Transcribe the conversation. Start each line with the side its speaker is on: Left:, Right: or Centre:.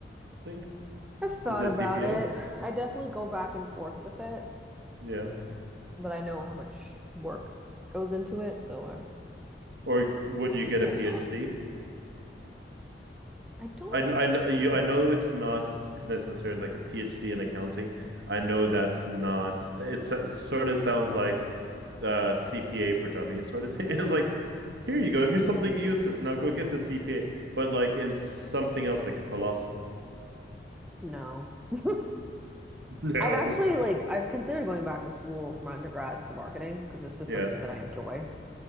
Right: thing?
Centre: I've thought
Right: Is it
Centre: about
Right: CPA?
Centre: it. I definitely go back and forth with it,
Right: Yeah.
Centre: but I know how much work goes into it, so I'm
Right: Or would you get
Centre: holding
Right: a PhD?
Centre: off. I don't
Right: I, kn- I, kn- you,
Centre: know.
Right: I know it's not necessarily like a PhD in accounting. I know that's not, it's, it sort of sounds like uh CPA for dummies sort of thing. <laughs> It's like, here you go, here's something useless. Now go get the CPA, but like in something else, like philosophy.
Centre: No. <laughs>
Right: <laughs> No.
Centre: I've actually like I've considered going back to school for my undergrad for marketing because it's just
Right: Yeah,
Centre: something that I enjoy